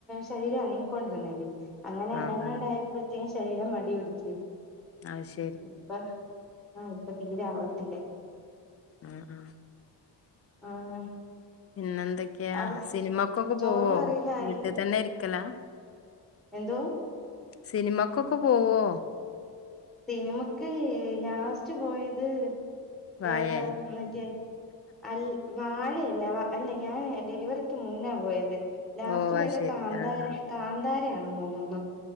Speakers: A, in the centre; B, on the left (about 35°).
A: ശരീരം അനങ്ങിക്കൊണ്ടിരുന്നില്ലേ അങ്ങനെ
B: ആഹ്
A: അനങ്ങാണ്ടായ
B: ആഹ്
A: അപ്പഴ്ത്തേ ശരീരം മടി പിടിച്ച്.
B: അഅ്‌ ശെ
A: ഇപ്പ ആഹ് ഇപ്പ തീരേ ആവത്തില്ലാ.
B: ആഹ് ആഹ്.
A: ആഹ്.
B: പിന്നെ എന്തൊക്കെയാ
A: അവിടെ
B: സിനിമക്കൊക്കെ
A: ചോറും
B: പോവ്വോ
A: കറിയിലായി
B: വീട്ട് തന്നെ ഇരിക്കലാ?
A: എന്തോ?
B: സിനിമക്കൊക്കെ പോവുഓ?
A: സിനിമക്ക് ലാസ്റ്റ് പോയത്
B: വാഴേ
A: ഏതാ മറ്റേ അൽ വാഴയല്ലാ വ അല്ല ഞാന് ഡെലിവറിക്ക് മുന്നാ പോയത്. ലാസ്റ്റ്
B: ഓ
A: പോയത്
B: അത് ശരി
A: കാന്താര
B: ആഹ്
A: കാന്താരയാണന്ന് തോന്ന്ന്നു.